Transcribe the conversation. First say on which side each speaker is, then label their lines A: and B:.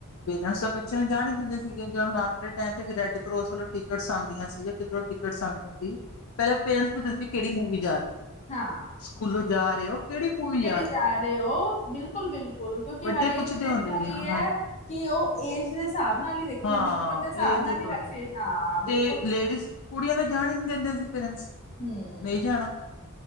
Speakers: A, on the left; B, on the left.
A: ਪੇਰੈਂਟਸ ਤਾਂ ਬੱਚਿਆਂ ਨੂੰ ਜਾਣ ਹੀ ਦਿੰਦੇ ਸੀਗੇ ਜ ਹੁਣ ਆਪਣੇ ਟਾਈਮ ਤੇ ਵੀ ਰੈਡ ਕਰੋਸ ਵੱਲੋਂ ਟਿਕਟਸ ਆਉਂਦੀਆਂ ਸੀ ਕਿੱਧਰ ਟਿਕਟਸ ਆਂਦੀਆਂ ਸੀ ਪਹਿਲੇ ਪੇਰੈਂਟਸ ਪੁੱਛਦੇ ਸੀ ਕਿਹੜੀ ਮੂਵੀ ਜਾ ਰਹੇ ਹੋ
B: ਹਾਂ
A: ਸਕੂਲੋਂ ਜਾ ਰਹੇ ਹੋ ਕਿਹੜੀ ਮੂਵੀ
B: ਕਿਹੜੀ
A: ਜਾ
B: ਗਾ ਰਹੇ ਹੋ ਬਿਲਕੁਲ ਬਿਲਕੁਲ ਕਿਉਂਕਿ
A: ਵੱਡੇ
B: ਹਰੇ
A: ਪੁੱਛਦੇ
B: ਦੀ ਜਿਹੜੀ
A: ਹੁੰਦੇ
B: ਮੂਵੀ
A: ਸੀ ਹਾਂ,
B: ਹੈ ਕਿ ਉਹ ਏਜ ਦੇ ਹਿਸਾਬ ਨਾਲ ਹੀ ਦੇਖੀ
A: ਹਾਂ
B: ਜਾਂਦੀ ਉਮਰ ਦੇ ਹਿਸਾਬ
A: ਏਜ
B: ਨਾਲ
A: ਅਕੋਰਡਿੰਗ
B: ਹੀ ਹਰ ਚੀਜ਼ ਹਾਂ ਬਿਲਕੁਲਿਲ
A: ਤੇ ਲੇਡੀਜ਼ ਕੁੜੀਆਂ ਤਾਂ ਜਾਣ ਹੀ ਨਹੀਂ ਦਿੰਦੇ ਸੀ ਪੇਰੈਂਟਸ
B: ਹੂੰ
A: ਨਹੀਂ ਜਾਣਾ